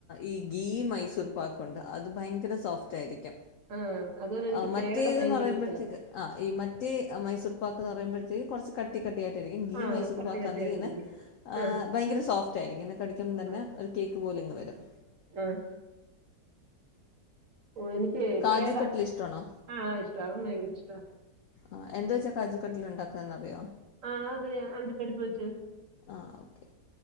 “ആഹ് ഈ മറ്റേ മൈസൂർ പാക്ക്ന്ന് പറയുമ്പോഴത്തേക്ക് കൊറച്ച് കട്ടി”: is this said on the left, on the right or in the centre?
Left